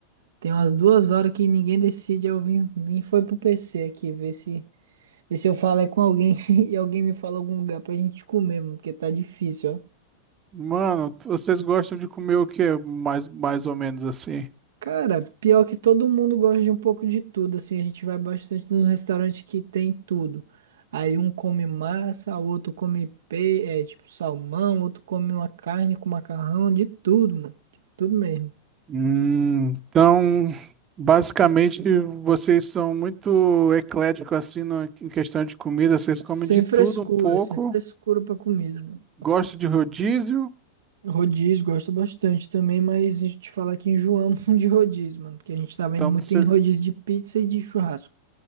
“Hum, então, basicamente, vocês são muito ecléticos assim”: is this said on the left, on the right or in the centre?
Right